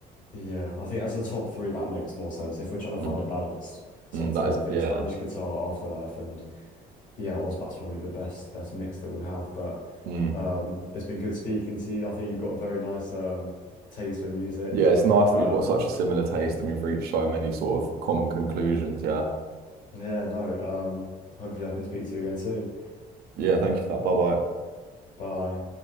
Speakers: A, on the left; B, on the right.
A: Yeah, I think as a top three, that makes more sense. If we're trying to
B: Mm,
A: find a balanced top
B: Mm,
A: three,
B: that is,
A: I think
B: yeah.
A: Spanish guitar, Afterlife, and yeah, Ozbat's probably the best best mix that we have. But
B: Mm.
A: um, it's been good speaking to you. I think you've got a very nice um, taste for music.
B: Yeah, it's nice that
A: Um,
B: we've got such a similar taste and we've reached so many sort of common conclusions. Yeah.
A: yeah, no. Um, hopefully, I can speak to you again soon.
B: Yeah, thank you for that. Bye bye.
A: Bye.